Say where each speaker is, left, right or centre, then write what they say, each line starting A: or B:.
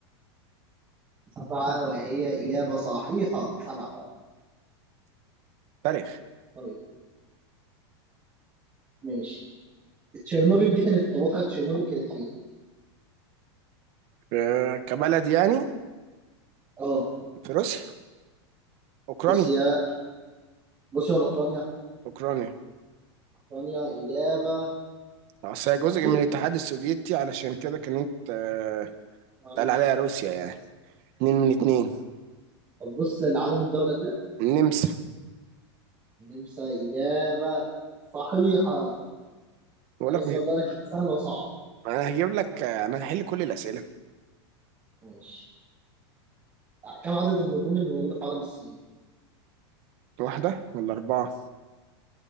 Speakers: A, on the right; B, on the right.
A: سبعة وهي إجابة صحيحة سبعة فعلا
B: تاريخ
A: طيب ماشي تشيرنوبل دي كانت طب واقعة تشيرنوبل كانت فين؟
B: آه، كبلد يعني
A: اه
B: في روسيا اوكراني
A: روسيا روسيا ولا أوكرانيا؟
B: اوكراني
A: أوكرانيا إجابة
B: اصل هي جزء
A: صحيحة
B: من الاتحاد السوفيتي علشان كده كانت آه،
A: مع
B: اتقال
A: روسيا
B: عليها روسيا يعني اتنين من
A: مم.
B: اتنين
A: طب بص لعلم الدولة دي
B: النمسا
A: النمسا إجابة صحيحة
B: بقول
A: أنا
B: لك
A: بس
B: مي-
A: ببدأ لك من سهل وصعب
B: انا هجيب لك آه، انا هحل كل الاسئله
A: ماشي يعني كم عدد النجوم اللي موجودة في عالم السين؟
B: واحده ولا اربعه